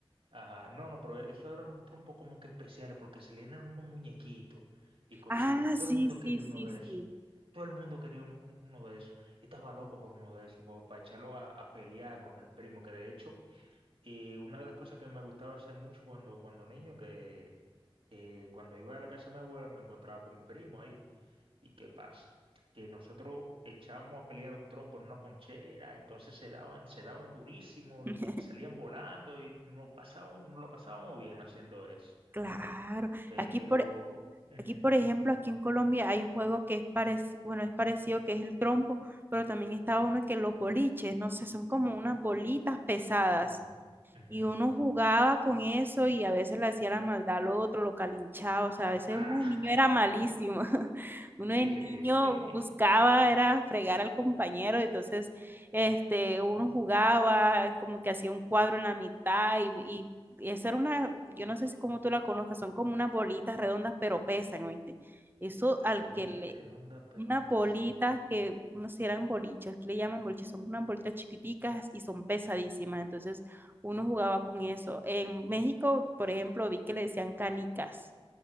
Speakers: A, on the right; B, on the right.
A: ajá, no, no, pero eso eran unos trompos como que especiales porque salían en unos muñequitos y cositas
B: Ah,
A: y todo
B: sí,
A: el mundo
B: sí,
A: quería
B: sí,
A: uno de
B: sí.
A: esos. Todo el mundo quería uno, un- uno de esos. Yo estaba loco por uno de esos, para echarlo a, a pelear con el primo, que de hecho Y una de las cosas que me gustaba hacer mucho cuando, cuando niño, que, que cuando iba a la casa de mi abuela me encontraba con mi primo ahí. ¿Y qué pasa? Que nosotros echábamos a pelear los trompos en una ponchera, entonces se daban, se daban durísimo
B: <laughs>
A: y salían volando y nos pasábamos, nos lo pasábamos bien haciendo eso.
B: Claro,
A: Pero...
B: aquí por,
A: ujú,
B: Aquí, por ejemplo,
A: ujú,
B: aquí en Colombia hay un juego que es parecido, bueno, es parecido que es el trompo, pero también está uno que los boliches, no sé, son como unas bolitas pesadas.
A: ujú, ujú,
B: Y uno
A: ujú.
B: jugaba con eso y a veces le hacía la maldad al otro, lo calinchaba. O sea, a veces
A: Ah,
B: uno de niño era malísimo. <laughs> Uno
A: <laughs> qué
B: de niño
A: heavy.
B: buscaba, era fregar al compañero. Entonces, este, uno jugaba, como que hacía un cuadro en la mitad y, y y esa era una, yo no sé si como tú la conozcas, son como unas bolitas redondas, pero pesan, ¿oíste? Eso
A: <laughs>
B: al
A: Bolita
B: que le,
A: redonda pero
B: unas
A: pesa.
B: bolitas que, no sé, eran boliches, que le llaman boliches, son unas bolitas chiquiticas y son pesadísimas, entonces uno jugaba con eso. En México, por ejemplo, vi que le decían canicas.